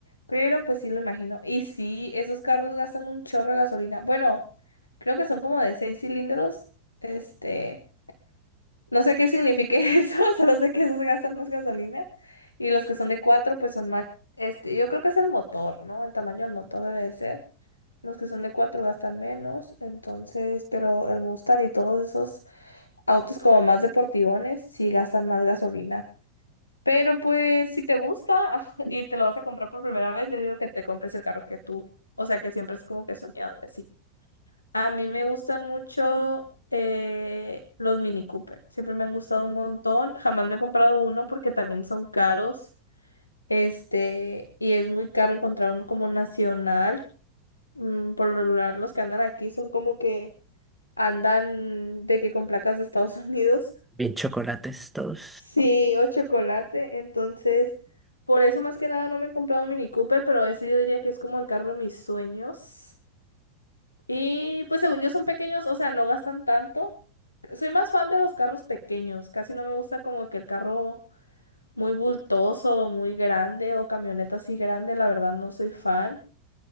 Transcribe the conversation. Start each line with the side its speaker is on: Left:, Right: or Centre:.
Left: Pero pues sí lo imagino. Y sí, esos carros gastan un chorro de gasolina. Bueno, creo que son como de seis cilindros. Este. No sé qué signifique <laughs> eso. Solo sé que esos gastan más gasolina. Y los que son de cuatro, pues son más. Este, yo creo que es el motor, ¿no? El tamaño del motor debe de ser. Los que son de cuatro gastan menos. Entonces, pero el Mustang y todos esos. autos como más deportivones sí gastan más gasolina. Pero pues si te gusta <laughs> y te lo vas a comprar por primera vez, yo digo que te compres el carro que tú, o sea que siempre es como que soñado y así. A mí me gustan mucho eh, los Mini Cooper, siempre me han gustado un montón. Jamás me he comprado uno porque también son caros. Este, y es muy caro encontrar uno como nacional. Mm, por lo regular los que andan aquí son como que andan de que con placas de Estados <laughs> Unidos.
Centre: Bien chocolates todos.
Left: Sí, o chocolate. Entonces, por eso más que nada no me he comprado un Mini Cooper, pero ese yo diría que es como el carro de mis sueños. Y pues según yo son pequeños, o sea, no gastan tanto. Soy más fan de los carros pequeños. Casi no me gusta como que el carro muy bultoso, muy grande o camioneta así grande. La verdad no soy fan.